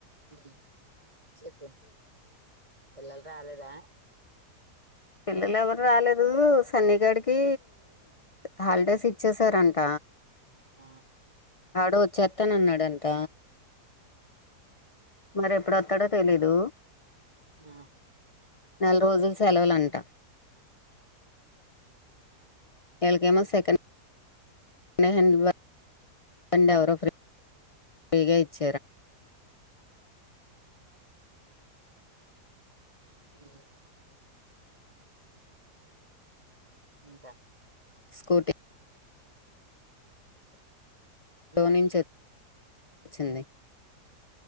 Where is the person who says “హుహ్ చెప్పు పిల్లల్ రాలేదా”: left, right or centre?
Right